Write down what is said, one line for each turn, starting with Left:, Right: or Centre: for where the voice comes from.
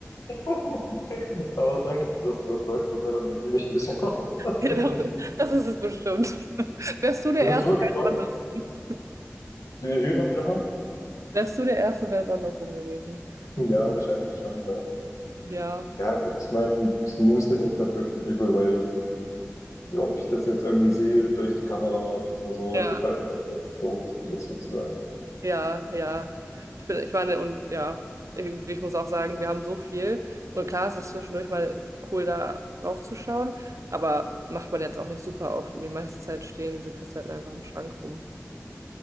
Left: <laughs> Aber danke, dass du das sagst. Das hält dann irgendwie mich ein bisschen <laughs> auf, tatsächlich.
Right: Ja, doch, das ist es bestimmt. Wärst du der
Left: Da
Right: Erste,
Left: bin ich immer gefragt.
Right: wäre es andersrum.
Left: Wie, wie, wie noch- wie nochmal?
Right: Wärst du der Erste, wäre es andersrum gewesen.
Left: Ja, wahrscheinlich schon, ja.
Right: Ja,
Left: Ja, gut, ich meine, ich nehme es denen jetzt nicht wirklich übel, weil ob ich das jetzt irgendwie sehe durch die Kamera oder so,
Right: ja.
Left: ich weiß nicht, ob das so wichtig ist, sozusagen.
Right: Ja, ja. Ich bin, ich meine, und ja, irgendwie, ich muss auch sagen, wir haben so viel. Und klar, es ist zwischendurch mal cool, da raufzuschauen, aber macht man jetzt auch nicht super oft. Und die meiste Zeit stehen diese Kassetten einfach im Schrank rum.